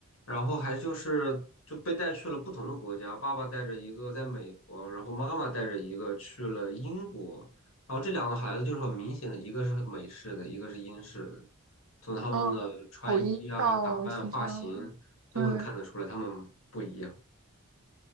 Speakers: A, on the left; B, on the right.
A: 然后还就是就被带去了不同的国家。爸爸带着一个在美国，然后妈妈带着一个去了英国。然后这两个孩子就是很明显的，一个是美式的，一个是英式的。从他们的穿衣啊、
B: 嗯，口音上是这样的对。
A: 打扮、发型都能看得出来，他们不一样。